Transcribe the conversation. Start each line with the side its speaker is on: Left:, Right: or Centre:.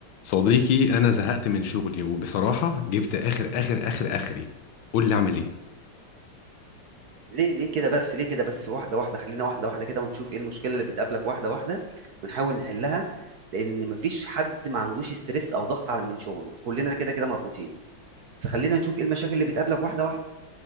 Left: صديقي انا زهقت من شغلي وبصراحه جبت اخر اخر اخر اخري قول لي اعمل ايه
Right: ليه ليه كده بس ليه كده بس واحدة واحدة خلينا واحدة واحدة كده ونشوف ايه المشكلة اللي بتقابلك واحدة واحدة ونحاول نحلها لأن مفيش حد ما عندوش ستريس أو ضغط على من شغله كلنا كده كده مضغوطين فخلينا نشوف ايه المشاكل اللي بتقابلك واحدة واحدة